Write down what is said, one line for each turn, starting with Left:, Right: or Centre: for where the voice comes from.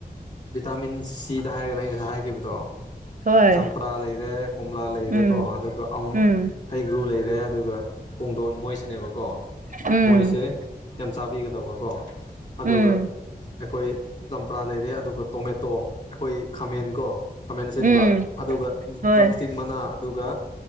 Left: ꯚꯤꯇꯥꯃꯤꯟ ꯁꯤꯗ ꯍꯥꯏꯔꯒꯅ ꯑꯩ ꯉꯁꯥꯏ ꯍꯥꯏꯈꯤꯕꯗꯣ
Right: ꯍꯣꯏ
Left: ꯆꯝꯄ꯭ꯔꯥ ꯂꯩꯔꯦ ꯀꯣꯝꯂꯥ ꯂꯩꯔꯦꯀꯣ
Right: ꯎꯝ
Left: ꯑꯗꯨꯒ
Right: ꯎꯝ
Left: ꯍꯩꯒ꯭ꯔꯨ ꯂꯩꯔꯦ ꯑꯗꯨꯒ ꯄꯨꯡꯗꯣꯟ ꯃꯣꯏꯁꯤꯅꯦꯕꯀꯣ
Right: ꯎꯝ
Left: ꯃꯣꯏꯁꯦ ꯌꯥꯝ ꯆꯥꯕꯤꯒꯗꯕꯀꯣ ꯑꯗꯨꯒ
Right: ꯎꯝ
Left: ꯑꯩꯈꯣꯏ ꯆꯝꯄ꯭ꯔꯥ ꯂꯩꯔꯦ ꯑꯗꯨꯒ ꯇꯣꯃꯦꯇꯣ ꯑꯩꯈꯣꯏ ꯈꯥꯃꯦꯟ ꯀꯣ ꯈꯥꯃꯦꯟ ꯑꯁꯤꯟꯕ
Right: ꯎꯝ
Left: ꯑꯗꯨꯒ
Right: ꯍꯣꯏ
Left: ꯗ꯭ꯔꯝ ꯏꯁꯇꯤꯛ ꯃꯅꯥ ꯑꯗꯨꯒ